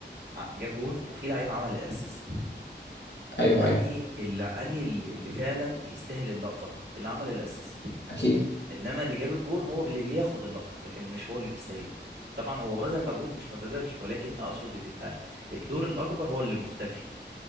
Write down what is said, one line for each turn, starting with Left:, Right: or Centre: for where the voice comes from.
Right: ع- جاب جون وفي لعيب عمل اسيست
Left: ايوه
Right: انهي
Left: ايوه
Right: اللي انهي ال- اللي فعلا يستاهل اللقطه اللي عمل الاسيست
Left: اكيد
Right: انما اللي جاب الجون هو اللي بياخد اللقطه لكن مش هو اللي بيستاهلها طبعا هو بذل مجهود مش ما بذلش ولكن اقصد بيبقى الدور الاكبر هو اللي مختفي